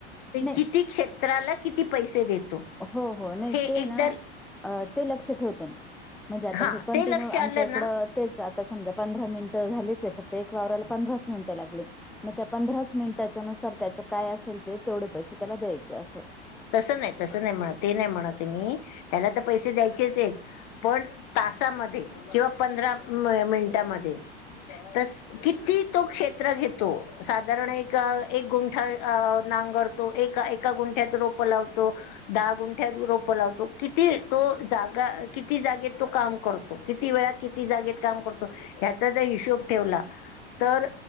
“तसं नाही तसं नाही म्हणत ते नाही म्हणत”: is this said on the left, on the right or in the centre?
Left